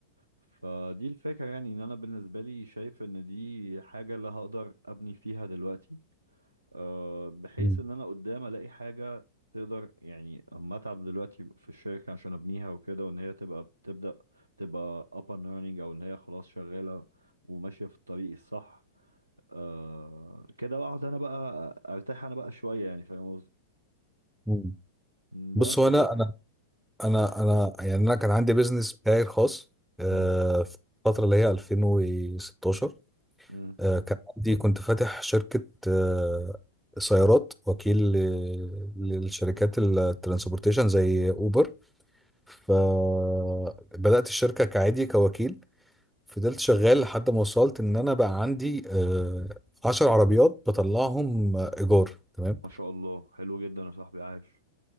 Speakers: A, on the right (about 85°); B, in the centre.
A: فدي الفكرة يعني ان انا بالنسبة لي شايف ان دي حاجة اللي هقدر ابني فيها دلوقتي آه، بحيث
B: مم.
A: ان انا قدام الاقي حاجه تقدر يعني اما اتعب دلوقتي في الشركه عشان ابنيها وكده وان هي تبقى بتبدا تبقى up and running او ان هي خلاص شغاله وماشيه في الطريق الصح آه كده اقعد انا بقى ارتاح انا بقى شويه يعني فاهم قصدي
B: مم.
A: مم،
B: بص
A: بس
B: هو انا انا انا انا يعني انا كان عندي بيزنس بتاعي الخاص آه،
A: مم.
B: في الفترة اللي هي 2016
A: مم.
B: آه، كان عندي كنت فاتح شركة آه، سيارات وكيل ل- للشركات الترانسبورتيشن زي أوبر فبدأت الشركة كعادي كوكيل فضلت شغال لحد ما وصلت إن أنا بقى عندي آه، عشر عربيات بطلعهم آه، إيجار تمام
A: ما شاء الله حلو جدا يا صاحبي عاش